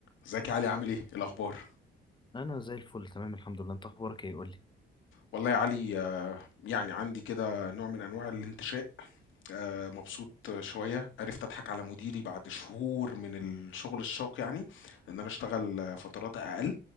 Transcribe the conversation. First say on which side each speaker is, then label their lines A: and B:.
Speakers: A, on the left; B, on the left.
A: ازيك يا علي عامل ايه إيه الاخبار
B: انا زي الفل تمام الحمد لله انت اخبارك ايه قول لي
A: والله يا علي آه، يعني عندي كده نوع من انواع الانتشاء آه، مبسوط شويه عرفت اضحك على مديري بعد شهور من الشغل الشاق يعني ان انا اشتغل فترات اقل